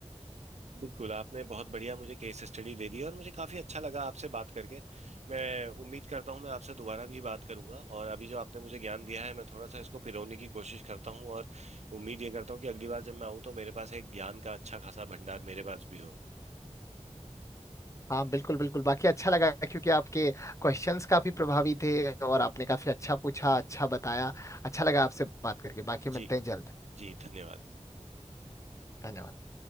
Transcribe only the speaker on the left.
हाँ बिल्कुल बिल्कुल बाकी अच्छा लगा क्योंकि आपके क्वेश्चंस काफी प्रभावी थे और आपने काफी अच्छा पूछा अच्छा बताया अच्छा लगा आपसे बात करके बाकी मिलते
हैं जल्द
धन्यवाद